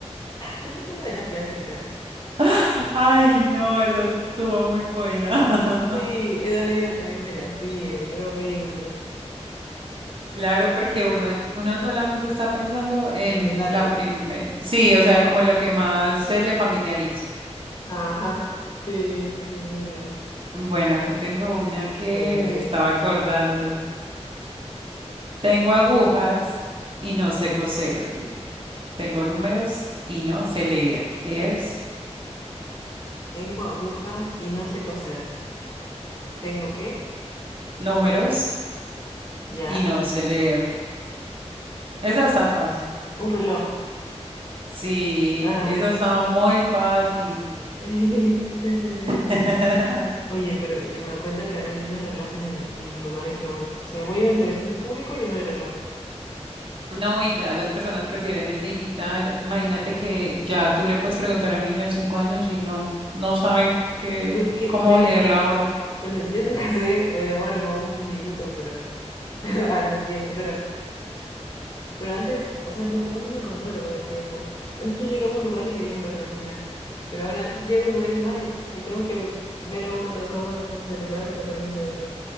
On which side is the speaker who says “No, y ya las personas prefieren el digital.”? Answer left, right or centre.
Right